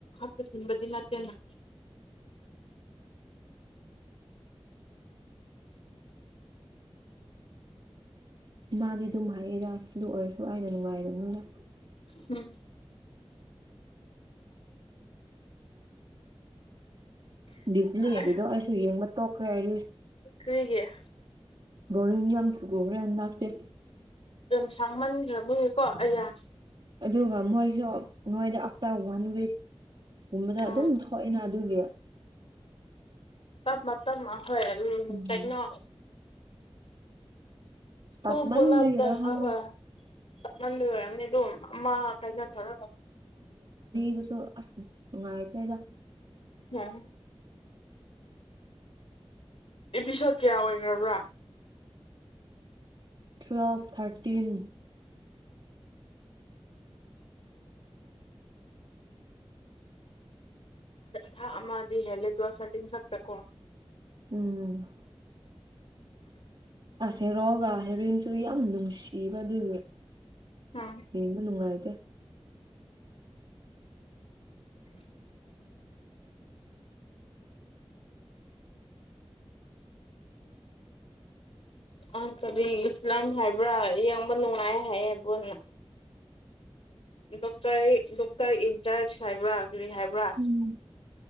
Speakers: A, on the left (about 65°); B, on the right (about 65°).
A: ꯀꯁꯤꯟꯕꯗꯤꯅꯥꯇꯦꯅ
B: ꯃꯥꯒꯤ ꯑꯗꯨ ꯃꯥꯒ ꯑꯗꯨ ꯑꯣꯏꯔꯁꯨ ꯑꯩꯅ ꯅꯨꯡꯉꯥꯏꯗꯕꯅꯤꯅ
A: ꯎꯝ
B: ꯗꯗꯤꯗꯂꯤ
A: ꯑꯦ
B: ꯍꯦꯒꯗꯣ ꯑꯁꯨꯣ ꯌꯦꯡ ꯃ ꯇꯣ ꯈꯔꯦꯔꯤ
A: ꯍꯒꯌꯥ
B: ꯕꯔꯤꯡ ꯌꯥꯝ ꯕ꯭ꯔꯅ ꯂꯥꯛꯇꯦ
A: ꯌꯥꯝ ꯁꯥꯡꯃꯟꯈ꯭ꯔꯕꯒꯦꯀꯣ ꯑꯩꯌꯥ
B: ꯑꯗꯨꯒ ꯃꯣꯏꯁꯨ ꯅꯣꯏꯗ ꯑꯥꯐꯇꯔ ꯋꯥꯟ ꯋꯤꯛ ꯀꯨꯝꯕꯗ
A: ꯎꯝ
B: ꯑꯗꯨꯝ ꯊꯣꯛꯑꯦꯅ ꯑꯗꯨꯒꯤ
A: ꯇꯞ ꯃꯞ ꯍꯣꯏ ꯑꯗꯨꯝ
B: ꯎꯝ
A: ꯀꯩꯅꯩꯅꯣ
B: ꯇꯞꯃꯟꯕꯒꯤꯔ
A: ꯍꯨ <unintelligible> ꯣꯂꯕꯗ
B: ꯈꯪꯗꯦ
A: ꯍꯣꯏ ꯃꯟꯗꯨ ꯑꯣꯏꯔꯝꯅꯤ ꯑꯗꯨꯣ ꯑꯃ ꯀꯥꯏꯅ ꯊꯧꯔ
B: ꯑꯗꯨꯁꯨ ꯑꯁ ꯅꯨꯡꯉꯥꯏꯇ꯭ꯔꯦꯗ
A: ꯎꯝ ꯑꯦꯄꯤꯁꯣꯠ ꯀꯌꯥ ꯑꯣꯏꯈꯔꯕ꯭ꯔꯥ
B: ꯇ꯭ꯋꯦꯜꯐ ꯊꯥꯔꯇꯤꯟ
A: ꯊ ꯑꯃꯖꯤ ꯍꯦꯜꯂꯦꯠ ꯋꯥ ꯐꯇꯤꯟ ꯐꯛꯇꯀꯣ
B: ꯎꯝ ꯑꯁ ꯍꯦꯔꯣꯒ ꯍꯦꯔꯣꯏꯟꯁꯨ ꯌꯥꯝ ꯅꯨꯡꯁꯤꯕ ꯑꯗꯨꯏꯗꯤ
A: ꯎꯝ
B: ꯌꯦꯕ ꯅꯨꯡꯉꯥꯏꯗ
A: ꯎꯝ ꯑ ꯀꯕꯤ ꯏꯂꯝ ꯍꯥꯏꯕ꯭ꯔꯥ ꯌꯦꯡꯕ ꯅꯨꯡꯉꯥꯏ ꯍꯥꯏꯌꯦꯕꯣꯟꯅ ꯗꯣꯛꯇꯔ ꯗꯣꯛꯇꯔ ꯏꯟꯆꯔꯖ ꯁꯥꯕ꯭ꯔꯥꯥꯛ ꯔꯤ ꯍꯥꯏꯕ꯭ꯔꯥ
B: ꯎꯝ